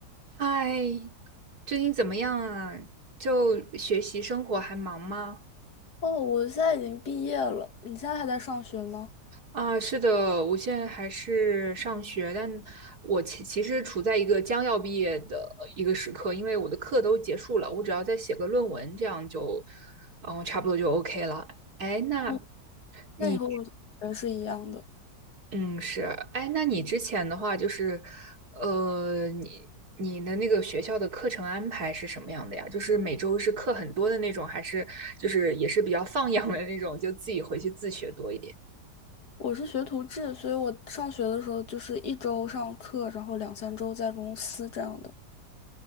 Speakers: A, on the right; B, on the left.
A: 嗨，最近怎么样啊？就学习生活还忙吗？
B: 哦，我现在已经毕业了，你现在还在上学吗？
A: 啊，是的，我现在还是上学，但我其其实处在一个将要毕业的一个时刻，因为我的课都结束了，我只要再写个论文，这样就，嗯，差不多就 OK 了。哎，那
B: 嗯，
A: 你？
B: 那你和我同学是一样的。
A: 嗯，是，哎，那你之前的话就是，呃，你你的那个学校的课程安排是什么样的呀？就是每周是课很多的那种，还是就是也是比较放养的那种，就自己回去自学多一点？
B: 我是学徒制，所以我上学的时候就是一周上课，然后两三周在公司这样的。